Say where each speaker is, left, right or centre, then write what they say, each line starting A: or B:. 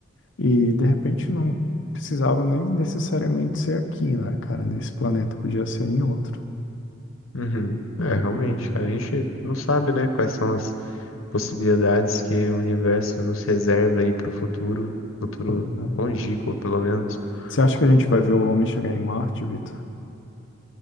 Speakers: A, on the left; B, on the left.
A: E de repente não precisava nem necessariamente ser aqui, né, cara? Nesse planeta, podia ser em outro.
B: Uhum. É, realmente, cara, a gente não sabe, né, quais são as possibilidades que o universo nos reserva aí pro futuro, futuro
A: Foi, né?
B: longínquo, pelo menos.
A: Você acha que a gente vai
B: Mas,
A: ver o homem chegar em Marte, Vitor?